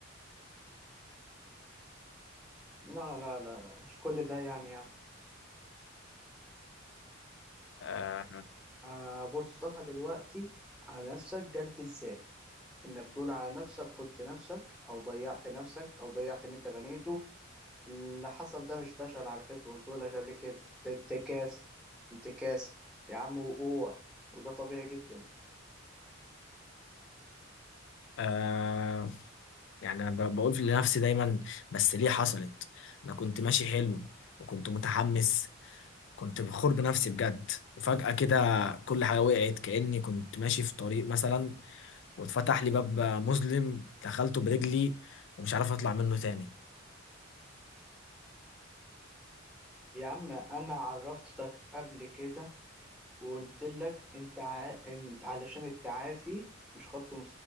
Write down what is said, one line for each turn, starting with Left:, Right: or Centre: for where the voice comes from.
Centre: لا لا لا لا مش كل ده يعني يا عم
Left: آه...
Centre: آه، بص طلع دلوقتي على نفسك جلد ازاي انك تقول على نفسك خنت نفسك او ضيعت نفسك او ضيعت اللي انت بنيته اللي حصل ده مش فشل على فكرة قلت لك قبل كده ده انتكاس انتكاس يا عم وقوع وده طبيعي جدا
Left: آه... يعني أنا ب... بقول في لنفسي دايما بس ليه حصلت أنا كنت ماشي حلو وكنت متحمس كنت فخور بنفسي بجد وفجأة كده كل حاجة وقعت كأني كنت ماشي في طريق مثلا واتفتح لي باب مظلم دخلته برجلي ومش عارف أطلع منه تاني
Centre: يا عم انا عرفتك قبل كده وقلت لك انت ع... انت علشان التعافي مش خط